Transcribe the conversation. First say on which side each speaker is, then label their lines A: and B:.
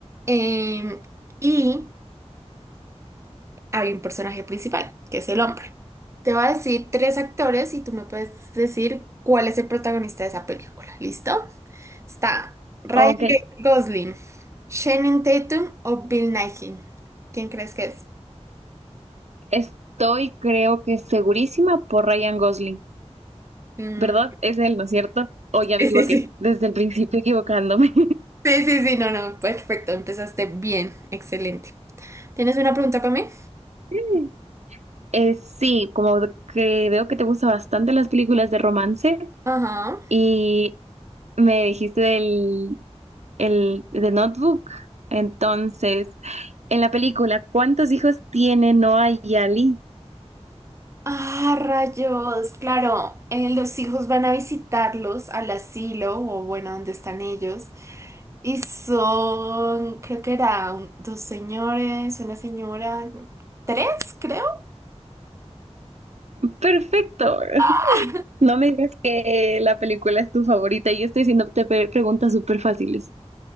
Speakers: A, on the right (about 25°); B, on the right (about 75°).
A: Em, y hay un personaje principal, que es el hombre. Te voy a decir tres actores y tú me puedes decir cuál es el protagonista de esa película. ¿Listo? Está Ryan
B: ok.
A: Gosling, Shannon Tatum o Bill Nighy. ¿Quién crees que es?
B: Estoy, creo que segurísima por Ryan Gosling,
A: Mm,
B: ¿verdad? Es él, ¿no es cierto?
A: <laughs>
B: O ya
A: sí,
B: me equivoqué,
A: sí, sí.
B: desde el principio equivocándome.
A: Sí, sí, sí, no, no. Perfecto, empezaste bien. Excelente. ¿Tienes una pregunta para mí?
B: <laughs> Eh, sí, como que veo que te gustan bastante las películas de romance.
A: Ajá.
B: Y me dijiste del el, de Notebook. Entonces, en la película, ¿cuántos hijos tiene Noah y Ali?
A: Ah, rayos, claro, eh, los hijos van a visitarlos al asilo o bueno, donde están ellos. Y son, creo que eran dos señores, una señora, tres, creo.
B: Perfecto. <laughs>
A: Ah,
B: No me digas que la película es tu favorita. Yo estoy haciéndote pe- preguntas súper fáciles.